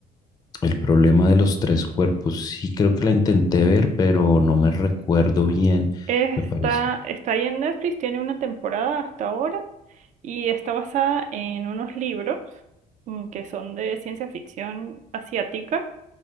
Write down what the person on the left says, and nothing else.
El problema de los tres cuerpos, sí creo que la intenté ver, pero no me recuerdo bien,
me parece.